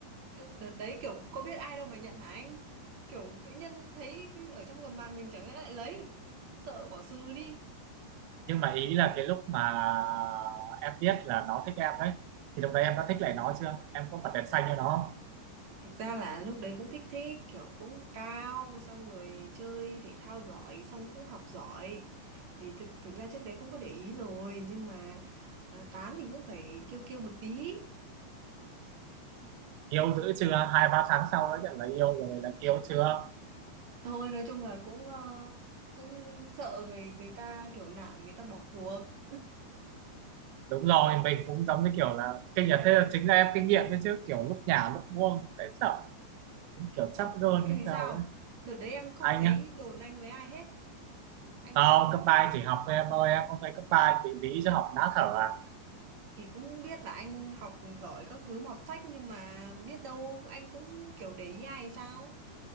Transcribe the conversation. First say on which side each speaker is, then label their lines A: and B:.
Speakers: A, on the right (about 45°); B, on the right (about 85°).
A: Đợt đấy kiểu có biết ai đâu mà nhận hả anh? Kiểu tự nhiên thấy ở trong gầm bàn mình chẳng lẽ lại lấy. Sợ bỏ sư đi.
B: nhưng mà ý là cái lúc mà em biết là nó thích em đấy thì lúc đấy em đã thích lại nó chưa em có bật đèn xanh cho nó không
A: Thực ra là lúc đấy cũng thích thích kiểu cũng cao xong rồi chơi thể thao giỏi xong cũng học giỏi thì thực thực ra trước đấy cũng có để ý rồi nhưng mà ờ, tán thì cũng phải kiêu kiêu một tí
B: yêu dữ chưa hai ba tháng sau đã nhận là yêu rồi là kiêu chưa
A: thôi nói chung là cũng ờ, cũng sợ người người ta kiểu nản người ta bỏ cuộc
B: đúng rồi mình cũng giống như kiểu là kinh nghiệm thế là chính là em kinh nghiệm đấy chứ kiểu lúc nhả lúc buông dễ sợ cũng kiểu chắp gơn
A: em
B: hay
A: thì
B: sao
A: sao
B: ấy
A: đợt đấy em không
B: anh
A: thấy
B: á
A: đồn anh với ai hết anh
B: không cấp ba chỉ học thôi em ơi em không thấy cấp ba bị dí cho học nát thở à?
A: thì cũng biết là anh học giỏi các thứ mọt sách nhưng mà biết đâu anh cũng kiểu để ý ai hay sao